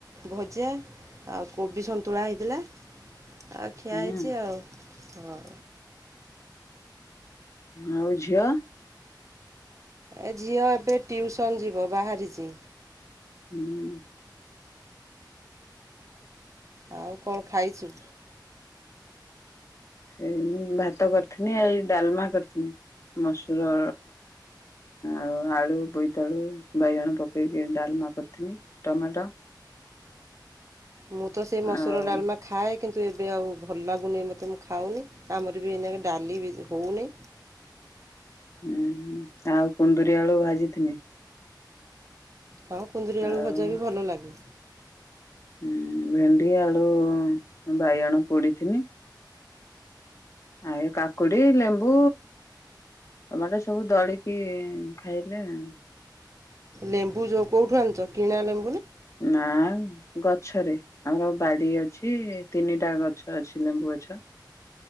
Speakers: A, on the right (about 40°); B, on the left (about 40°).
A: ଭଜା ଆଉ କୋବି ସନ୍ତୁଳା ହେଇଥିଲା। ଆଉ ଖିଆ
B: ହୁଁ
A: ହେଇଚି ଆଉ। ହ।
B: ଆଉ ଝିଅ?
A: ଏ ଝିଅ ଏବେ ଟିଉସନ ଯିବ ବାହାରିଚି।
B: ହୁଁ।
A: ଆଉ କଣ ଖାଇଚୁ?
B: ଏଇ ମୁଁ ଭାତ କରିଥିନି ଏଇ ଡାଲମା କରିଥିନି। ମସୁର ଆଉ ଆଳୁ, ବୋଇତାଳୁ, ବାଇଗଣ ପକେଇକି ଡାଲମା କରିଥିନି। ଟମାଟ
A: ମୁଁ ତ ସେଇ ମସୁର
B: ଆଉ
A: ଡାଲମା ଖାଏ। କିନ୍ତୁ ଏବେ ଆଉ ଭଲ ଲାଗୁନି ମତେ ମୁଁ ଖାଉନି। ଆମର ବି ଏଇନାକେ ଡାଲି ବି ହୋଉନି।
B: ଉଁ ହୁଁ ଆଉ କୁନ୍ଦୁରି ଆଳୁ ଭାଜିିଥିନି।
A: ହଁ କୁନ୍ଦୁରି ଆଳୁ
B: ଆଉ
A: ଭଜା ବି ଭଲ ଲାଗେ।
B: ଉଁ ଭେଣ୍ଡି, ଆଳୁ, ବାଇଗଣ ପୋଡିଥିନି। ଆଉ ଏ କାକୁଡି, ଲେମ୍ବୁ, ଟମାଟୋ ସବୁ ଦଳିକି ଖାଇଲେ ଆଉ।
A: ଲେମ୍ବୁ ଯୋଉ କୋଉଠୁ ଆଣୁଚ? କିଣା ଲେ
B: ନାଁ ଗଛରେ। ଆମର ବାଡି ଅଛି। ତିନିଟା ଗଛ ଅଛି ଲେମ୍ବୁ ଗଛ।